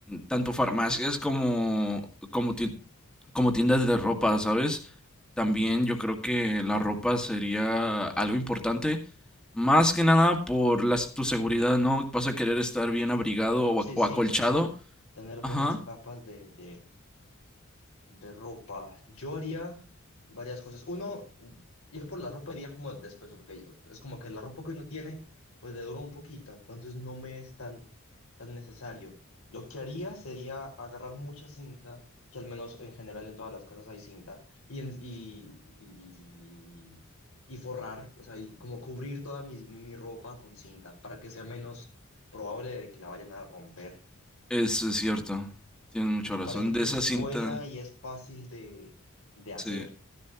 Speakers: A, in the centre; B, on the left (about 70°).
A: tanto farmacias como, como ti- como tiendas de ropa, ¿sabes? También yo creo que la ropa sería algo importante. Más que nada por las- tu seguridad, ¿no? Vas a querer estar bien abrigado o,
B: Sí,
A: ac- o
B: sí,
A: acolchado.
B: tener, tener buenas
A: Ajá,
B: capas de, de, De ropa, yo haría varias cosas. Uno, ir por la ropa iría como después, ok. Es como que la ropa que uno tiene, pues le dura un poquito, entonces no me es tan, tan necesario. Lo que haría sería agarrar mucha cinta, que al menos en general en todas las casas hay cinta, y, en- y, y, y forrar, o sea, y como cubrir toda mi, mi ropa con cinta para que sea menos probable de que la vayan a romper.
A: eso es cierto. Tienes mucha
B: Me parece
A: razón.
B: que
A: De
B: es
A: esa
B: buena
A: cinta,
B: y es fácil de de hacer.
A: sí.